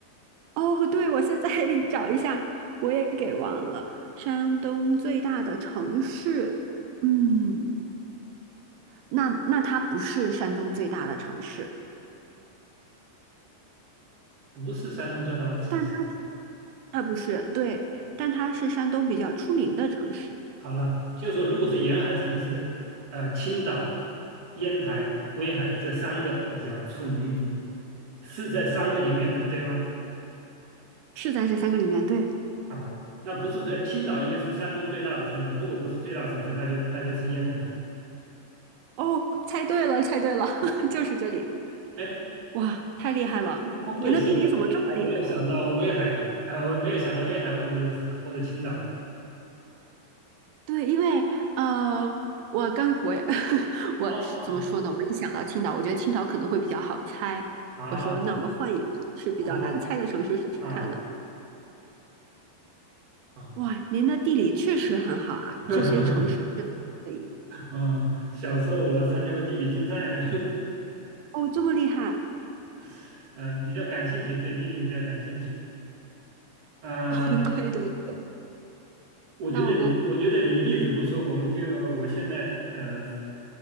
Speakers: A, on the right; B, on the right.
A: 哦，对，我现在 <laughs> 找一下，我也给忘了。山东最大的城市，嗯，那那它不是山东最大的城市，
B: 不是山东最大的城市。
A: 但它呃不是，对，但它是山东比较出名的城市，
B: 好了，就说如果是沿海城市，呃，青岛、烟台、威海这三个比较出名一点，是在三个里面的，对吗？
A: 是在这三个里面，对。
B: 啊，那不是最青岛，因为是山东最大的城镇，如果不是最大城市，那就那就是烟台了。
A: 哦，猜对了，猜对了，<laughs> 就是这里。
B: 哎，
A: 哇，太厉害了！
B: 你你怎么会想到烟台，
A: 您的地理怎么这么厉害啊？
B: 没有想到威海呢？啊，我没有想到威海或者或者青岛呢？
A: 对，因为呃，我刚我也 <laughs> 我怎么说呢？
B: 哦
A: 我一想到青岛，我觉得青岛可能会比较好猜。
B: 啊
A: 我说，那我们换一个是比较难猜的城市试试看呢？
B: 啊啊啊啊！
A: 哇，您的地理确实很好啊，
B: <laughs>
A: 这些城市都可以。
B: 嗯，小时候我参加过地理竞赛呢，
A: 哦，这么厉害！
B: <laughs> 嗯，比较感兴趣，对地理比较感兴趣。嗯，
A: <laughs> 对对对，
B: 我觉得你，
A: 那我们
B: 我觉得你例子不错，我们就我现在呃